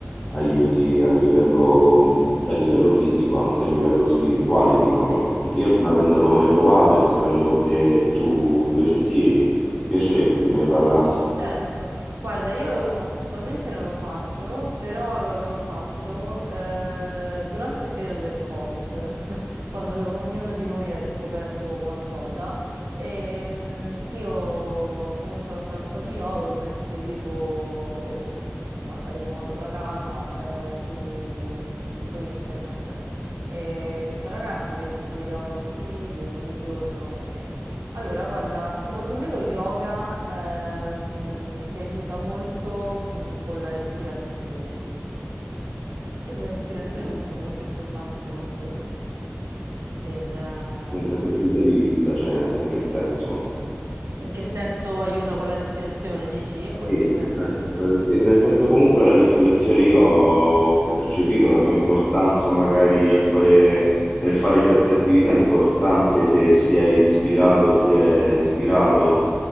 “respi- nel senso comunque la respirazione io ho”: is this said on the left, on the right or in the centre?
Left